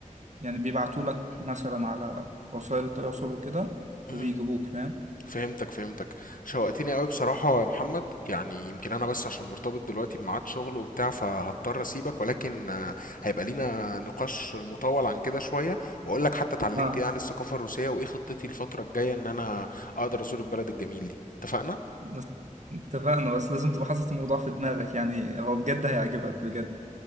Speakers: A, on the right (about 60°); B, on the left (about 80°).
A: يعني بيبعتوا لك مثلا على وسائل التواصل وكده
B: مهم.
A: وبيجيبوك فاهم
B: فهمتك فهمتك شوقتني قوي بصراحة يا محمد يعني يمكن أنا بس عشان مرتبط دلوقتي بميعاد شغل وبتاع فهضطر أسيبك ولكن آه، هيبقى لينا نقاش مطول عن كده شوية وأقول لك حتى اتعلمت
A: اه
B: إيه عن الثقافة الروسية وإيه خطتي الفترة الجاية إن أنا أقدر أزور البلد الجميل دي اتفقنا؟
A: بس اتفقنا بس لازم تبقى حاطط الموضوع في دماغك يعني هو بجد هيعجبك بجد